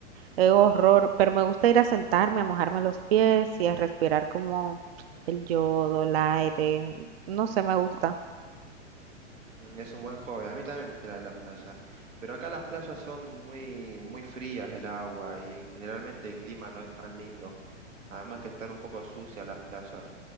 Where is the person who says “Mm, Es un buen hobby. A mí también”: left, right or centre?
Right